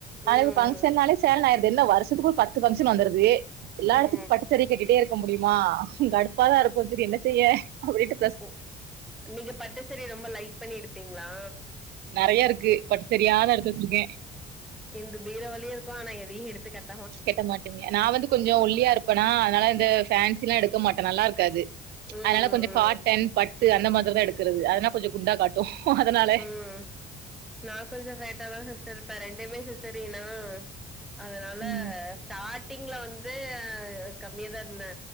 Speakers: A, on the right (about 70°); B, in the centre.
A: ஆனா
B: ம்
A: இப்ப ஃபங்ஷன்னாலே சேலனு ஆய்ர்து என்ன வருஷத்துக்கு ஒரு பத்து ஃபங்க்ஷன் வந்துருது எல்லா
B: ம்
A: எடத்துக்கு
B: ம்
A: பட்டு சேரிய கட்டிட்டே இருக்க முடியுமா கடுப்பா தா இருக்கு சரி என்ன செய்ய அப்டின்டு
B: ஒ நீங்க பட்டு சேரிய ரொம்ப லைக் பண்ணி எடுப்பீங்களா
A: நெறையா இருக்கு பட்டு சேரியாதா எடுத்து வச்சிருக்கே
B: எந்து பீரோ வழிய இருக்கு ஆனா எதயு எடுத்துக்கட்
A: கெட்ட மாட்டீங்க நா வந்து கொஞ்ச ஒல்லியா இருப்பேனா அதனால இந்த ஃபேன்சிலா எடுக்க மாட்டே நல்லா இருக்காது
B: ம்
A: அதனால கொஞ்ச
B: ம்
A: காட்டன் பட்டு அந்த மாரிதா எடுக்கறது அதனா கொஞ்ச குண்டா காட்டு அதனால
B: ம் நா கொஞ்ச ஃபேட்டாதா சிஸ்டர் இருப்பே ரெண்டுமே சிஸரினா அதனால
A: ம்
B: ஸ்டாடிங்ல வந்து கம்மியா தா இருந்தே